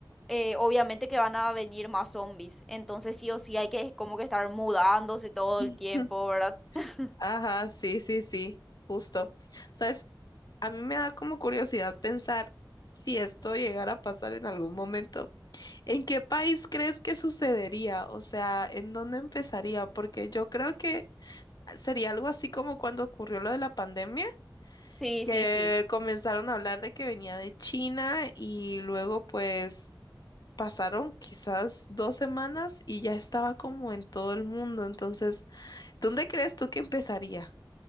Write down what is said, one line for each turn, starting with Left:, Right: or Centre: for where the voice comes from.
Centre: eh, obviamente que van a venir más zombies. Entonces sí o sí hay que como que estar mudándose todo
Left: <laughs>
Centre: el tiempo, ¿verdad? <laughs>
Left: Ajá, sí, sí, sí, justo. ¿Sabes? A mí me da como curiosidad pensar si esto llegara a pasar en algún momento. ¿En qué país crees que sucedería? O sea, ¿en dónde empezaría? Porque yo creo que sería algo así como cuando ocurrió lo de la pandemia,
Centre: Sí,
Left: que
Centre: sí, sí.
Left: comenzaron a hablar de que venía de China y luego pues pasaron quizás dos semanas y ya estaba como en todo el mundo. Entonces, ¿dónde crees tú que empezaría?